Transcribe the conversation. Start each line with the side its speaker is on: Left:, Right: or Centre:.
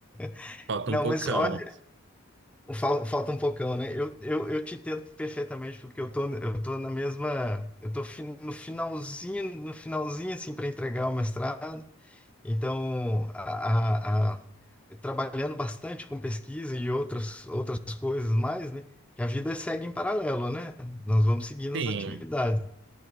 Centre: <laughs>
Right: Falta
Centre: Não,
Right: um pocão.
Centre: mas olha, fal- falta um pocão, né? Eu, eu, eu te entendo perfeitamente porque eu tô, eu tô na mesma, eu tô fin- no finalzinho, no finalzinho assim para entregar o mestrado. Então, a, a- a- trabalhando bastante com pesquisa e outras outras coisas mais, né? Que a vida segue em paralelo, né? Nós vamos seguindo
Right: Sim.
Centre: as atividades.